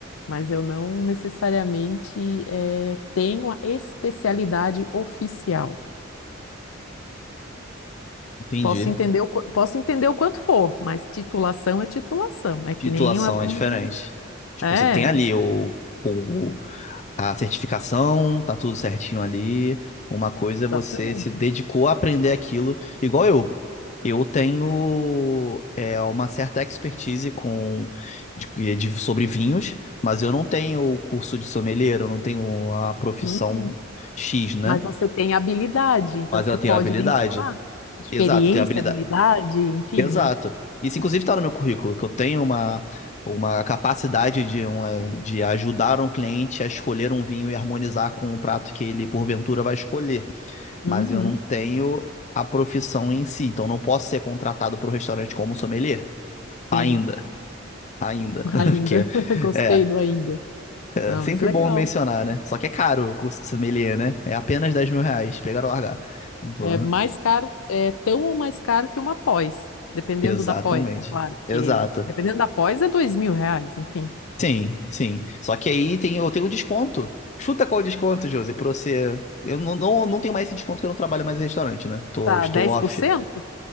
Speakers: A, on the left (about 80°); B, on the left (about 35°).
A: mas eu não necessariamente eh, tenho a especialidade oficial.
B: Entendi.
A: Posso entender o, qu- posso entender o quanto for, mas titulação é titulação. É que
B: Titulação
A: nem uma. um-
B: é diferente. Tipo,
A: É,
B: você tem ali o, o- a certificação, tá tudo certinho ali. Uma coisa é você
A: exatamente.
B: se dedicou a aprender aquilo, igual eu. Eu tenho é, uma certa expertise com de- de- sobre vinhos, mas eu não tenho o curso de sommelier, eu não tenho a profissão
A: Uhum.
B: X, né?
A: Mas você tem habilidade, então
B: Mas
A: você
B: eu
A: pode
B: tenho habilidade.
A: mencionar. Experiência,
B: Exato, eu tenho habilidade.
A: habilidade, enfim,
B: Exato.
A: né?
B: Isso, inclusive, está no meu currículo, que eu tenho uma, uma capacidade de, uma, de ajudar um cliente a escolher um vinho e harmonizar com o prato que ele, porventura, vai escolher.
A: Uhum.
B: Mas eu não tenho a profissão em si, então não posso ser contratado para o restaurante como sommelier ainda.
A: Sim,
B: Ainda.
A: ainda.
B: <laughs> Porque
A: <laughs> Gostei
B: é,
A: do ainda.
B: é
A: Não,
B: sempre
A: mas legal.
B: bom mencionar, né? Só que é caro o curso de sommelier, né? É apenas dez mil reais, pegar ou largar. Tipo,
A: É, é mais caro, é tão ou mais caro que uma pós.
B: <laughs>
A: Dependendo
B: exatamente.
A: da pós, né? Claro, porque
B: Exato.
A: dependendo da pós é dois mil reais, enfim.
B: Sim, sim. Só que aí tem, eu tenho desconto. Chuta qual o desconto, Josi, pra você. Eu não, não, não tenho mais esse desconto que eu não trabalho mais em restaurante, né? Tô,
A: Tá,
B: estou
A: dez
B: off.
A: por cento
B: Vinte